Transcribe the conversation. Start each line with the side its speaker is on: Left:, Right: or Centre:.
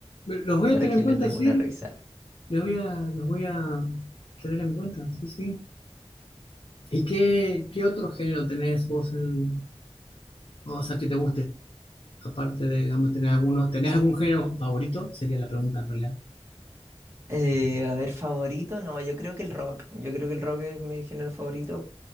Left: los voy
Right: para
Left: a tener
Right: que
Left: en
Right: les
Left: cuenta,
Right: des
Left: sí,
Right: una revisada.
Left: los voy a, los voy a tener en cuenta, sí, sí. ¿Y qué, qué otro género tenés vos en, o sea, que te guste? Aparte de, digamos, tener alguno, ¿tenés algún género favorito? Sería la pregunta en realidad.
Right: Eh, a ver, favorito, no, yo creo que el rock. Yo creo que el rock es mi género favorito.